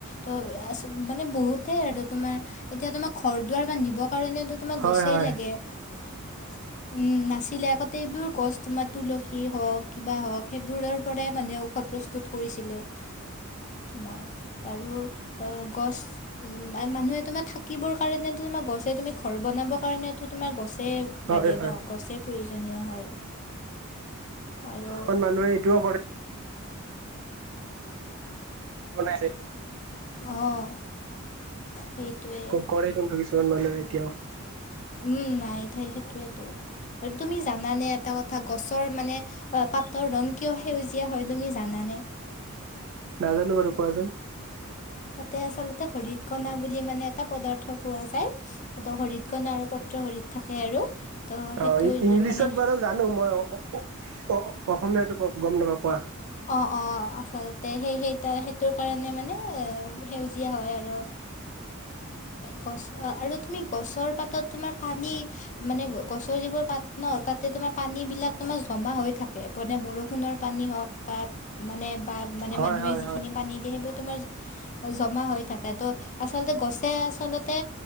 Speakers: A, on the left; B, on the right.
A: তো আ মানে বহুতেই আৰু তোমাৰ এতিয়া তোমাক ঘৰ দুৱাৰ বান্ধিব কাৰণতো তোমাক
B: হয়
A: গছেই
B: হয়
A: লাগে উম নাছিলে আগতে এইবোৰ গছ তোমাৰ তুলসী হওক কিবা হওক সেইবোৰ আৰু মানে ঔষধ প্ৰস্তুত কৰিছিলে তোমাৰ আৰু গছ মানুহে তোমাৰ থাকিবৰ কাৰণেো তোমাৰ গছে তুমি ঘৰ বনাবৰ কাৰণেতো তোমাৰ গছ
B: হয়
A: লাগে
B: হয়
A: ন গছে প্ৰয়ো প্ৰজনীয় হয় আৰু
B: এখন মানুহে এইটোও কৰে বনাইছে
A: অঁ সেইটোৱে
B: ক কৰে কিন্তু কিছুমান মানুহে এতিয়াও
A: উম নাই তাই সেইটোয়টো আৰু তুমি জানানে এটা কথা গছৰ মানে পাতৰ ৰং কিয় সেউজীয়া হয় তুমি জানানে
B: নাজানো বাৰু কোৱাচোন
A: তাতে আচলতে হৰিত কণা বুলি মানে এটা পদাৰ্থ পোৱা যায় ত হৰিত কণা আৰু পত্ৰ হৰিত থাকে আৰু তো সেইটো
B: অ ইংলিছত
A: দি মানে
B: বাৰু জানো মই অসমীয়াাতটো ক গম নাপাওঁ কোৱা
A: অঁ অঁ আচলতে সেই সেই সেইটোৰ কাৰণে মানে সেউজীয়া হয় আৰু গছ আৰু তুমি গছৰ পাতত তোমাৰ পানী মানে গছৰ যিবোৰ পাত ন তাতে তোমাৰ পানীবিলাক তোমাৰ জমা হৈ থাকে মানে বৰষুণৰ পানী হওক বা মানে বা মানে
B: হয়
A: মানুহ
B: হয়
A: যখিনি
B: হয়
A: পানী দিয়ে সেইবোৰত জমা হৈ থাকে ত' আচলতে গছে আচলতে